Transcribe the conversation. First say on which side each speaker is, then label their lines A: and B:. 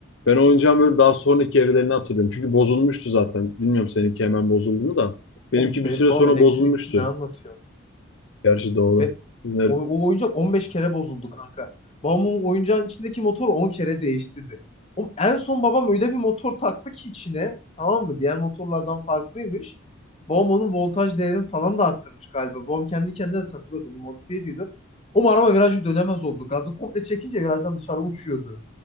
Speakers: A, on the left; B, on the left.
A: ben oyuncağın böyle daha sonraki evrelerini hatırlıyorum. Çünkü bozulmuştu zaten. Bilmiyorum seninki hemen bozuldu mu da. Benimki
B: Oğlum benim
A: bir süre
B: babam
A: sonra
B: elektrikçi
A: bozulmuştu.
B: ne anlatıyor?
A: Gerçi doğru.
B: Ve
A: Sizin
B: o, o oyuncak 15 kere bozuldu kanka. Babamın oyuncağın içindeki motor 10 kere değiştirdi. Oğlum en son babam öyle bir motor taktı ki içine tamam mı? Diğer motorlardan farklıymış. Babam onun voltaj değerini falan da arttırmış galiba. Babam kendi kendine de takılıyordu. Onu modifiye ediyordu. O araba virajı dönemez oldu. Gazı komple çekince virajdan dışarı uçuyordu.